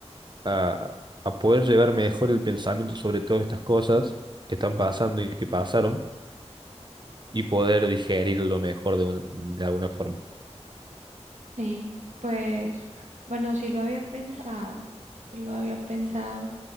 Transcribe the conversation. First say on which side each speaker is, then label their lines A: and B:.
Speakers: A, on the right; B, on the right.
A: a, a poder llevar mejor el pensamiento sobre todas estas cosas que están pasando y que pasaron, y poder digerirlo mejor de, una- de alguna forma.
B: Sí, pues, bueno, sí lo había pensado, sí lo había pensado,